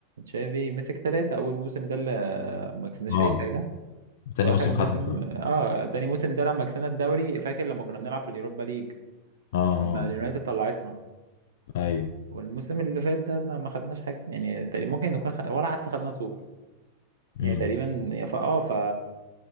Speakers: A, on the right; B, on the left.
A: تشافي مسك ثلاثة أول موسم ده اللي ما كسبناش
B: اه
A: في أي حاجة
B: تاني
A: وآخر
B: موسم
A: موسم
B: خدنا الدوري
A: اه تاني موسم ده لما كسبنا الدوري فاكر لما كنا بنلعب في اليوروبا ليج
B: اه اه
A: لما اليونايتد طلعتنا
B: آه. ايوه
A: والموسم اللي فات ده ما ما خدناش حاجة يعني تقريبا ممكن نكون خد... ولا حتى خدنا سوبر يعني
B: امم
A: تقريبا فا اه ف